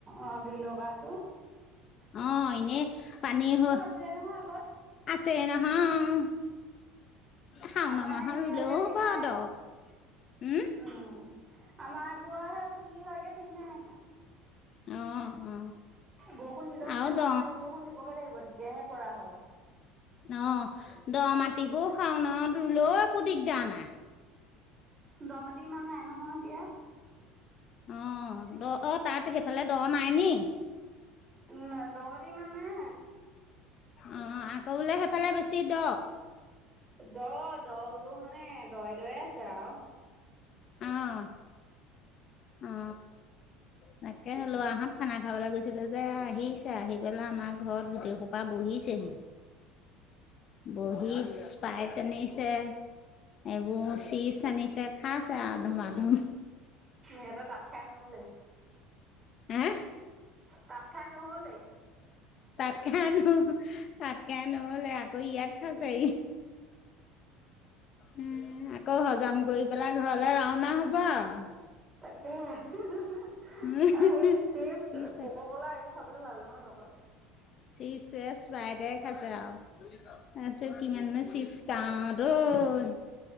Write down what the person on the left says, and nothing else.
অ এনে পানী হৈ
আছে নহয় শাওণ
মাহত
ৰুলেও
হ'ব
দ উম
অ অ
আৰু
দ
অ দ মাটিবোৰ শাওনত ৰুলেও একো দিগদাৰ নাই।
অ দ অ তাত সেইফালে দ নাই নি?
অ আকৌ বোলে সেইফালে বেছি দ
অহ অ। তাকে লৰাহঁত খানা খাবলৈ গৈছিলে যে আহিছে আহি পেলাই আমাৰ ঘৰত গোটেইসোপা বহি বহিছেহি বহি স্পাইট আনিছে। এইবোৰ চিপছ‌ আনিছে খাইছে আ ধুমা ধুম।
হে
তাতকে আনো তাতকে আনো হ'লে আকৌ ইয়াত আছেহি। উম আকৌ হজম কৰি পেলাই ঘৰলে ৰাওনা হ'ব আৰু
উম,
পিছে
চিপছে ইচপাৰাইটে খাইছে আৰু তাৰিছত কিমান চিপছ খাওঁ তো উ